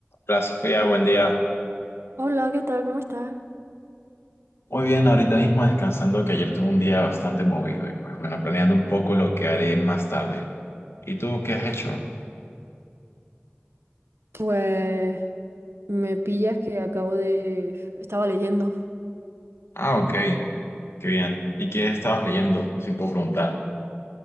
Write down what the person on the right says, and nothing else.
Hola, ¿qué tal? ¿Cómo estás?
Pues me pillas que acabo de... Estaba leyendo.